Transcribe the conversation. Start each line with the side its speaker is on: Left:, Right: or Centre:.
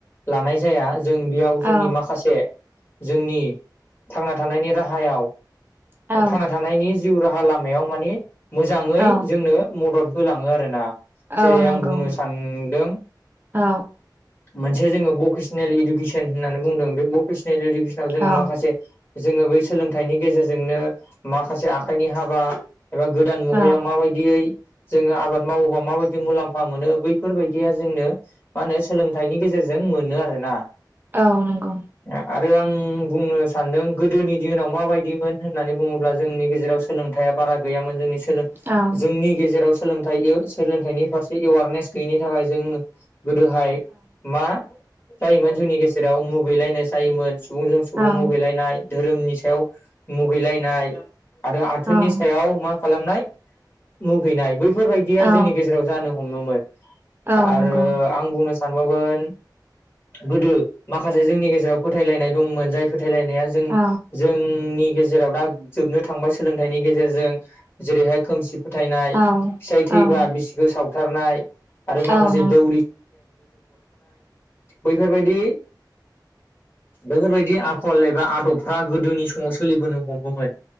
Left: लानाय जाया जों बेयाव जोंनि
Right: औ
Left: माखासे जोंनि थांना थानायनि राहायाव
Right: औ
Left: थांना थानायनि जिउ राहा लामायाव माने मोजाङै
Right: औ
Left: जोंनो मदद होलाङो आरो ना जेरै
Right: औ नंगौ
Left: आं बुंनो सानदों
Right: औ
Left: मोनसे जोङो भकेसनेल इडुकेसन होननानै बुंदों बे भकेसनेल इडुकेसनाव जोङो
Right: औ
Left: माखासे जोङो बै सोलोंथाइनि गेजेरजोंनो माखासे आ आखाइनि हाबा एबा गोदान मुगायाव
Right: औ
Left: माबायदियै जोङो आबाद मावोबा माबायदि मुलाम्फा मोनो बैफोरबायदिया जोंनो मा होनो सोलोंथाइनि गेजेरजों मोनो आरोना
Right: औ नंगौ
Left: आरो आं बुंनो सानदों गोदोनि दिनाव माबायदिमोन होननानै बुङोब्ला जोंनि गेजेराव सोलोंथाइया बारा गैयामोन जोंनि
Right: औ औ
Left: जोंनि गेजेराव सोलोंथाइ सोलोंथाइनि फारसे एवारनेस गैयिनि थाखाय जोङो गोदोहाय मा जायोमोन जोंनि गेजेराव मुगैलायनाय जायोमोन सुबुंजों
Right: औ
Left: सुबुं
Right: नंगौ
Left: मुगैलायनाय धोरोमनि सायाव मुगैलायनाय आरो आथोननि
Right: औ
Left: सायाव मा खालामनाय मुगैनाय बैफोरबायदिया
Right: औ
Left: जोंनि गेजेराव जानो हमोमोन
Right: औ
Left: आरो
Right: नंगौ
Left: आं बुंनो सानबावगोन गोदो माखासे जोंनि गेजेराव फोथायलायनाय दंमोन जाय फोथायलायनाया जों
Right: औ
Left: जोंनि जेराव दा जोबनो थांबाय सोलोंथाइनि गेजेरजों जेरैहाय खोमसि फोथायनाय
Right: औ
Left: फिसाय थैब्ला
Right: औ
Left: बिसिखौ सावथारनाय आरो माखासे
Right: औ
Left: दौ बैफोरबायदि बेफोरबायदि आखल एबा आदबफ्रा गोदोनि समाव सोलिबोनो हमोमोन